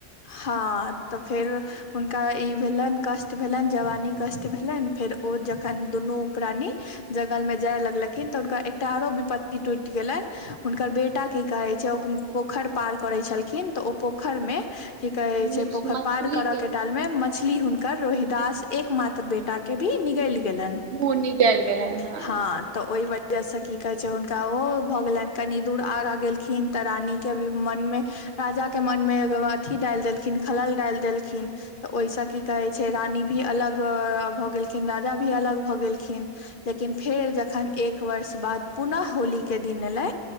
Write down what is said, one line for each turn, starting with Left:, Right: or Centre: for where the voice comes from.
Left: हँ तऽ फेर हुनका ई भेलनि कष्ट भेलनि जवानी कष्ट भेलनि फेर ओ जखन दुनू प्राणी जङ्ंगलमे जाय लगलखिन तऽ हुनका एकटा आरो विपत्ति टूटि गेलनि हुनकर बेटा की कहै छै पोखरि पार करै छलखिन तऽ ओ पोखरि मे की कहे छै
Right: मिक्स
Left: पोखर
Right: मछली
Left: पार करे के टाल में मछली हुनकर रोहित दास एक मात्र बेटा के भी निगल लिख
Right: मुँह निकलि गेलनि हँ
Left: <unintelligible> जैस की कहे छै हुनका ओ भऽ गेलनि कनि दूर आगाँ गेलखिन तऽ रानी केी मन मे राजा के मन मे अथी डालि देलखिन खलल डालि देलखिन तऽ ओहिसँ की कहे छै रानी भी अलग भऽ गेलखिन राजा भी अलग भऽ गेलखिन लेकिन फेर जखन एक वर्ष बाद पुनः होली के दिन ल